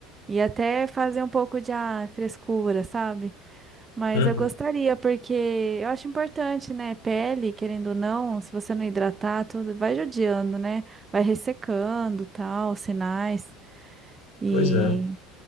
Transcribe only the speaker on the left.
Uhum.
Pois é.